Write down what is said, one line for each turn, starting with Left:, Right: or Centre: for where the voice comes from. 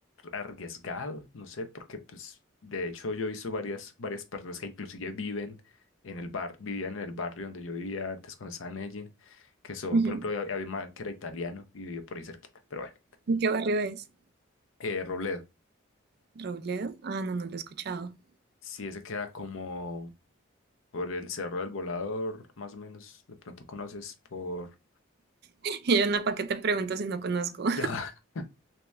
Left: arriesgado, no sé, porque pues de hecho yo he visto varias, varias personas que inclusive viven en el bar, vivían en el barrio donde yo vivía antes cuando estaba en Medellín, que son,
Right: ujú.
Left: por ejemplo, había había un man que era italiano y vivió por ahí cerquita, pero bueno,
Right: ¿Y qué barrio es?
Left: eh, Robledo.
Right: ¿Robledo? Ah, no, no lo he escuchado.
Left: Sí, ese queda como por el Cerro del Volador, más o menos, de pronto conoces por...
Right: <laughs> Y yo, no, ¿para qué te pregunto si no conozco?
Left: <laughs>